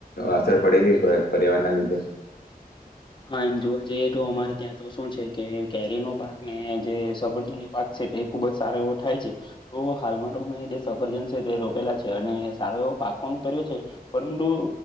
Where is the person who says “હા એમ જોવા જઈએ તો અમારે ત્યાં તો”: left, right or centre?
Left